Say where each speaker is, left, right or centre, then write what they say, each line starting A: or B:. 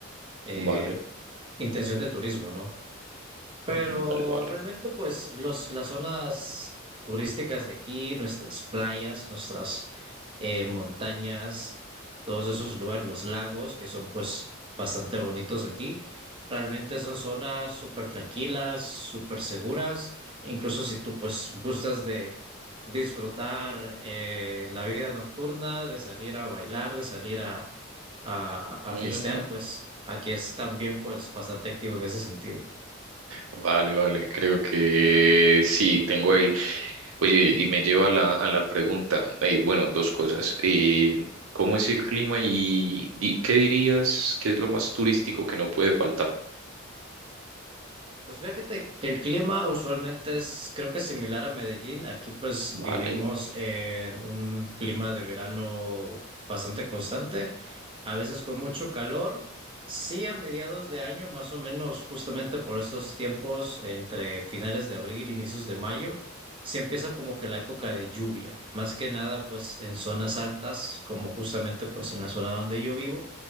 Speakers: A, on the right; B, on the right.
A: eh,
B: Vale,
A: intención de turismo, ¿no? Pero
B: vale, vale.
A: realmente pues los, las zonas turísticas de aquí, nuestras playas, nuestras eh, montañas, todos esos lugares, los lagos, que son pues bastante bonitos aquí. Realmente son zonas súper tranquilas, súper seguras, incluso si tú pues gustas de disfrutar eh, la vida nocturna, de salir a bailar, de salir a, a, a
B: Mm,
A: fiestear, pues aquí es también pues bastante activo en ese sentido.
B: Vale, vale. Creo que sí, tengo ahí. Oye, y me lleva a la, a la pregunta. eh, bueno, dos cosas. Eh, ¿cómo es el clima y, di- qué dirías que es lo más turístico que no puede faltar?
A: Pues fíjate que el clima usualmente es, creo que similar a Medellín. Aquí pues
B: Vale.
A: vivimos en un clima de verano bastante constante, a veces con mucho calor. Sí, a mediados de año, más o menos justamente por estos tiempos, entre finales de abril, inicios de mayo, se empieza como que la época de lluvia. Más que nada pues en zonas altas, como justamente pues en la zona donde yo vivo,